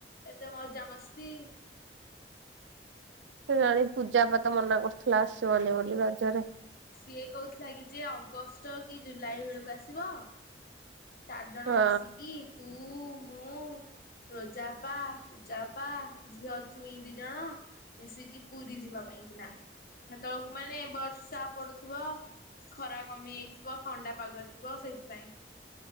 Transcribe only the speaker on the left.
ଏତେ ମଜ ମସ୍ତି
ସିଏ କହୁଥିଲା କି ଯେ ଅଗଷ୍ଟ କି ଜୁଲାଇ ବେଳକୁ ଆସିବ। ଚାରି ଜଣ
ମିଶିକି ତୁ ତୁ ମୁଁ ରୋଜାପ ପୂଜାପ ଝିଅ ଅଛୁଇଁ ଦି ଜଣ ମିଶିକି ପୁରୀ ଯିବା ପାଇଁକିନା ସେତେବେଳକୁ ମାନେ ବଟସଆପ୍ ଖରା କମି ଯାଇଥିବ ଥଣ୍ଡା ପାଗ ଥିବ ସେଇଥିପାଇଁ।